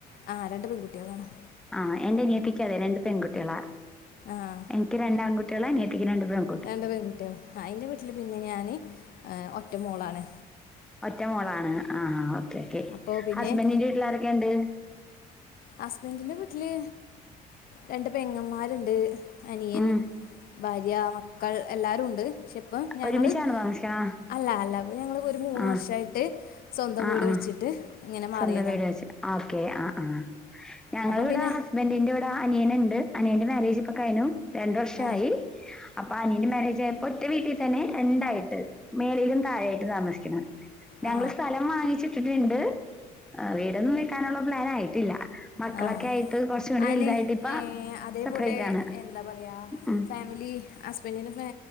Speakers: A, on the left; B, in the centre.
A: ആഹ്, രണ്ട് പെൺകുട്ടീളാണ്.
B: ആഹ്, എന്റെ അനിയത്തിക്കതെ, രണ്ട് പെൺകുട്ടീളാ.
A: ആഹ്
B: എൻക്ക് രണ്ട് ആൺകുട്ടീളാ അനിയത്തിക്ക് രണ്ട് പെൺ
A: രണ്ട് പെൺകുട്ടീളാ ആ എന്റെ വീട്ടില് പിന്നെ ഞാന് ആ ഒറ്റ മോളാണ്.
B: ഒറ്റ മോളാണ് ആഹ് ഓക്കേ ക്കെ
A: അപ്പോൾ പിന്നെ
B: ഹസ്ബൻന്റിന്റെ വീട്ടില് ആരൊക്കെണ്ട്?
A: ഹസ്ബൻഡിന്റെ വീട്ടില് രണ്ട് പെങ്ങമാര്ണ്ട് അനിയൻ
B: ഉം
A: ഭാര്യ മക്കൾ എല്ലാരു ഉണ്ട് ക്ഷെ ഇപ്പം ഞങ്ങള്
B: ഒരുമിച്ചാണ് താമസിക്കണ
A: അല്ല അല്ല ഞങ്ങള് ഒരു മൂന്ന്
B: ആ
A: വർഷായിട്ട് സ്വന്തം
B: ആ
A: വീട്
B: ആ
A: വെച്ചിട്ട് ഇങ്ങനെ മാറിയതാണ്
B: സ്വന്തം വീട് വെച്ച് ആഹ് ഓക്കെ ആ ആ ഞങ്ങള്
A: അപ്പോൾ
B: ഇവിടെ
A: പിന്നെ
B: ഹസ് ബെന്റിന്റെറെ ഊടാ അനിയന് ഇണ്ട് അനിയന്റെ മാര്യേജ് ഇപ്പൊ കഴ്നു രണ്ടു വർഷായി
A: ആ
B: അപ്പൊ അനിയന്റെ മാര്യേജ് ആയപ്പോ ഒറ്റ വീട്ടിൽ തന്നെ രണ്ടായിട്ട് മേളിയിലും താഴെയായിട്ട് താമസിക്കുന്നതാണ് ഞങ്ങള്
A: ആ
B: സ്ഥലം വാങ്ങിച്ചിട്ടിട്ടുണ്ട് വീടൊന്നും വെക് ക്കാനുള്ള പ്ലാൻ ആയിട്ടില്ല മക്കളൊക്കെ
A: ആ
B: ആയിട്ട് കുറച്ചും കൂടി
A: അന്
B: വലുതായിട്ട് ഇപ്പ
A: ഏ അതേപോലെ
B: സെപ്പറേറ്റ് ആണ്
A: എന്താ പറയാ
B: ഉം
A: ഫാമിലി ഹസ് സ്ബെന്റിന്